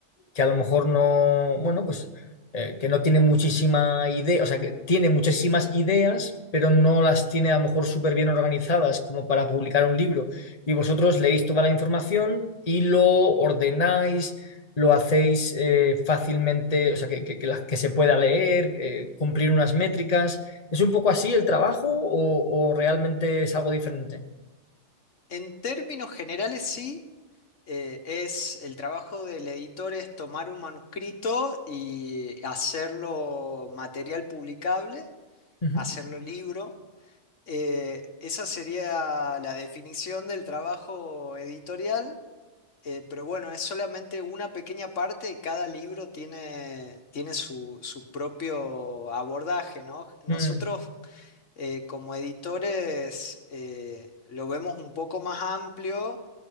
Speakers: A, on the left; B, on the left.
A: que a lo mejor no, bueno, pues eh, que no tiene muchísima idea, o sea, que tiene muchísimas ideas, pero no las tiene a lo mejor súper bien organizadas como para publicar un libro. Y vosotros leéis toda la información y lo ordenáis, lo hacéis eh, fácilmente, o sea, que, que, que la- que se pueda leer, eh, cumplir unas métricas. ¿Es un poco así el trabajo o, o realmente es algo diferente?
B: En términos generales, sí. eh, es el trabajo del editor es tomar un manuscrito y hacerlo material publicable
A: Ujú.
B: hacerlo libro. Eh, esa sería la definición del trabajo editorial, eh, pero bueno, es solamente una pequeña parte y cada libro tiene, tiene su, su propio abordaje, ¿no? Nosotros
A: Mm,
B: eh, como editores eh, lo vemos un poco más amplio